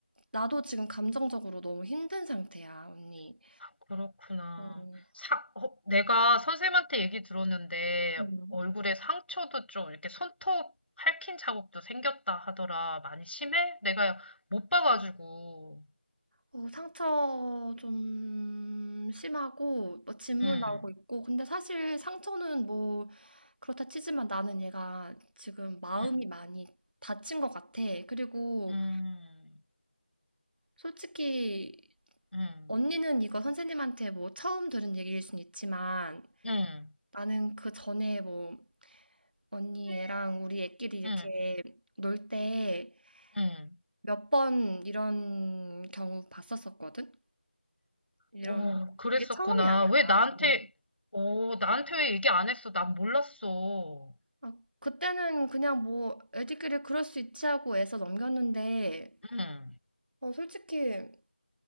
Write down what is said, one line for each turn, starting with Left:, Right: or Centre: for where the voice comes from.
Right: 나도 지금 감정적으로 너무 힘든 상태야, 언니.
Left: 그렇구나.
Right: 어,
Left: 사, 어, 내가 선생님한테 얘기 들었는데
Right: 음.
Left: 얼굴에 상처도 좀 이렇게 손톱 핥힌 자국도 생겼다 하더라. 많이 심해? 내가 못 봐가지고.
Right: 어, 상처 좀 심하고, 뭐 진물
Left: 음,
Right: 나오고 있고, 근데 사실 상처는 뭐, 그렇다 치지만 나는 얘가 지금 마음이
Left: 음,
Right: 많이 다친 것 같아. 그리고
Left: 음,
Right: 솔직히
Left: 음,
Right: 언니는 이거 선생님한테 뭐 처음 들은 얘기일 순 있지만
Left: 음,
Right: 나는 그 전에 뭐 언니 애랑 우리 애끼리 이렇게
Left: 음,
Right: 놀 때
Left: 음.
Right: 몇 번 이런 경우 봤었었거든? 이런,
Left: 오, 그랬었구나.
Right: 이게 처음이 아니야,
Left: 왜
Right: 나한테는.
Left: 나한테, 오, 나한테 왜 얘기 안 했어? 난 몰랐어.
Right: 아, 그때는 그냥 뭐 애들끼리 그럴 수 있지 하고 애써 넘겼는데,
Left: 음,
Right: 어, 솔직히